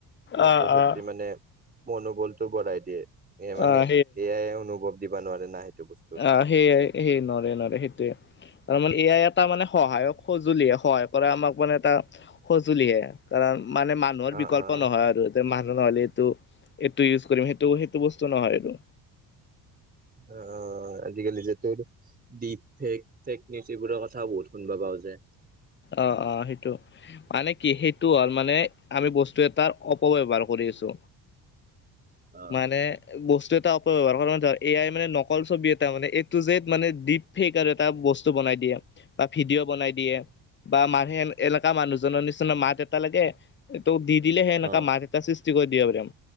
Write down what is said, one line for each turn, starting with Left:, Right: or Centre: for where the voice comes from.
Right: ছাত্ৰ-ছাত্ৰী
Left: অ', অ'।
Right: মানে মনোবলটো বঢ়াই দিয়ে। এ মানে
Left: আহ
Right: এ আইয়ে অনুভৱ দিবা নোৱাৰে না। বস্তুৰ।
Left: অ সেইয়াই, সেই নওৰে নওৰে সেইটোয়ে তাৰ মানে এ আই এটা মানে সহায়ক সঁজুলি হে। সহায় কৰা আমাক মানে এটা সঁজুলিহে। কাৰণ মানে মানুহৰ
Right: অ',
Left: বিকল্প
Right: অ',
Left: নহয় আৰু যে মান নহ'লে এইটো-এইটো ইউজ কৰিম সেইটো- সেইটো বস্তু নহয় আৰু।
Right: অ, আজিকালি যে তোৰ দীপ ফেক, ফেক নিউজ এইবোৰৰ কথাও বহুত শুনিব পাওঁ যে,
Left: অ অ সেইটো মানে কি সেইটো হ'ল মানে আমি বস্তু এটাৰ অপব্যৱহাৰ কৰি আছো।
Right: অ',
Left: মানে- বস্তু এটা অপব্যৱহাৰ কৰা মানে ধৰ এ আই মানে নকল ছবি এটা মানে এইটো যে মানে দীপ ফেক আৰু এটা বস্তু বনাই দিয়ে বা ভিডিঅ' বনাই দিয়ে। বা মাহে এন-এনেকা মানুহজনৰ নিচিনা মাত এটা লাগে, তো দি দিলেহে সেনেকা
Right: অ'।
Left: মাত এটা সৃশ দিব দিব পাৰিম,